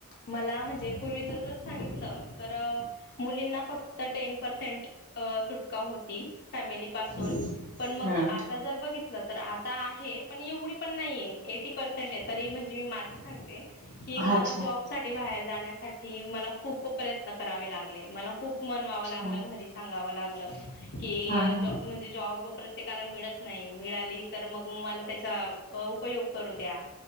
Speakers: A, on the left; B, on the right.
A: मला म्हणजे पूर्वीच जर सांगितलं तर मुलींना फक्त टेन पर्सेंट अ सुटका होती फॅमिली पासून
B: हं,
A: पण मग
B: हां.
A: आता जर बघितलं तर आता आहे पण एवढी पण नाहीये एटी पर्सेंट आहे तरी म्हणजे मी माझं सांगते कि
B: अच्छा,
A: मला जॉब साठी बाहेर जाण्यासाठी मला खूप प्रयत्न करावे लागले मला खूप म्हनवावं
B: अच्छा.
A: लागलं घरी सांगावं लागलं की
B: हां, हां.
A: ज म्हणजे जॉब प्रत्येकाला मिळत नाही मिळाली तर मग मला त्याचा उपयोग करू द्या